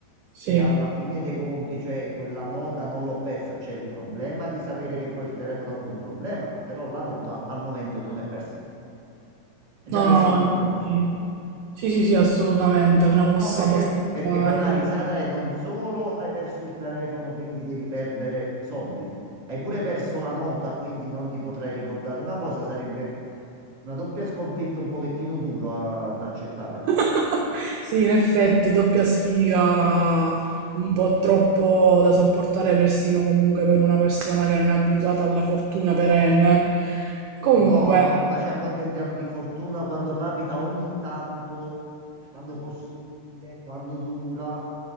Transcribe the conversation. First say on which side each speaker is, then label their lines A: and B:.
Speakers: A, on the right; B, on the right.
A: Sì.
B: e alla fine dei conti, cioè quella nota non l'ho persa. C'è il problema di sapere che poi il telefono ha avuto un problema, però la nota al momento non è persa. E Già
A: No,
B: questa
A: no, no,
B: è un'ottima
A: infatti.
B: cosa.
A: Sì, sì, sì, assolutamente, è una mossa
B: No, perché,
A: abbastanza
B: perché poi
A: intelligente.
B: la risata è non solo hai perso il telefono, quindi devi perdere soldi, hai pure perso la nota, quindi non ti potrai ricordare. Una cosa sarebbe una doppia sconfitta un pochettino dura da accettare.
A: <laughs> Sì, in effetti, doppia sfiga un po' troppo da sopportare persino comunque per una persona che non è abituata alla fortuna perenne. Comunque,
B: No, no, qua ci accontentiamo di fortuna quando capita, ogni tanto, quando possibile, quando dura,